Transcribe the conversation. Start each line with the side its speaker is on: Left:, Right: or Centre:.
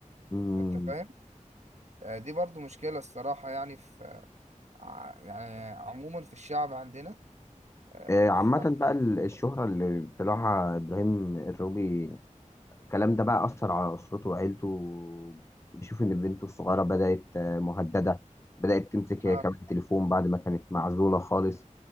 Left: امم
Right: انت فاهم آه، دي برضو مشكلة الصراحة يعني في ع- يعني عموما في الشعب عندنا آه،
Left: آه، عامة
Right: ف
Left: بقى ال- الشهرة اللي طلعها إبراهيم الروبي الكلام ده بقى أثر على أسرته وعيلته بيشوف إن بنته الصغيرة بدأت آه، مهددة بدأت تمسك
Right: اه
Left: هي كمان تليفون بعد ما كانت معزولة خالص